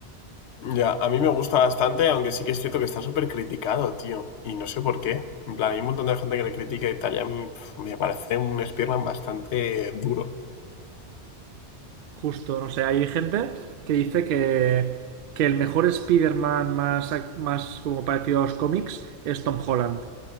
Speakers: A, on the left; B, on the right.
A: Ya, a mí me gusta bastante, aunque sí que es cierto que está súper criticado, tío. Y no sé por qué. En plan, hay un montón de gente que le critica y tal, y a mí pf, me parece un Spearman bastante duro.
B: Justo, no sé, hay gente que dice que, que el mejor Spider-Man más, más como parecido a los cómics es Tom Holland.